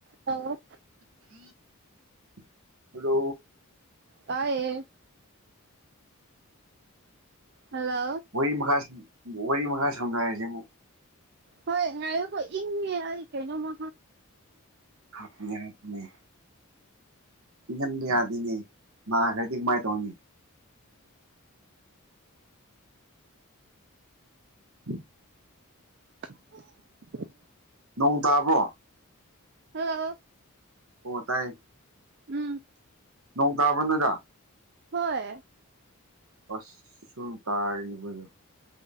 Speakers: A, on the right; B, on the right.
A: ꯍꯜꯂꯣ
B: <inaudible> ꯍꯂꯣ
A: ꯇꯑꯦ ꯍꯜꯂꯣ
B: ꯋꯥꯔꯤ ꯃꯈꯥ ꯋꯥꯔꯤ ꯃꯈꯥ ꯁꯣꯖꯔꯁꯤ ꯑꯃꯨꯛ
A: ꯍꯣꯏ ꯉꯣ ꯏꯪꯉ ꯑꯩ ꯀꯩꯅꯣꯃ
B: ꯍꯥꯞꯅꯦ ꯍꯥꯞꯅꯦ ꯏꯪꯍꯟꯕ ꯌꯥꯗꯣꯏꯅꯦ ꯃꯥ ꯈꯗꯤ ꯃꯥꯥꯏ ꯇꯧꯅꯤ ꯎꯝ
A: <inaudible>
B: ꯅꯣꯡ ꯇꯥꯕꯣ
A: ꯍ
B: ꯇꯥꯏ
A: ꯎꯝ
B: ꯅꯣꯡ ꯇꯥꯕ꯭ꯔꯅꯗ
A: ꯍꯣꯏ
B: ꯑꯁ ꯁꯨꯝ ꯇꯥꯔꯤꯅꯦꯕꯗꯣ